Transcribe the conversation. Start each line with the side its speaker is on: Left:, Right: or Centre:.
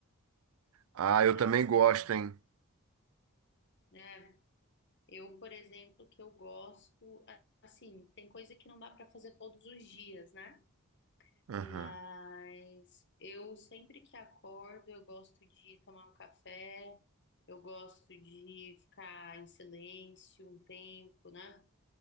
Right: Ah, eu
Left: assim,
Right: também gosto, hein?
Left: né? Eu, por exemplo, que eu gosto, assim, tem coisa que não dá pra fazer todos os dias, né?
Right: Aham.
Left: Mas eu sempre que acordo, eu gosto de tomar um café, eu gosto de ficar em silêncio um tempo, né?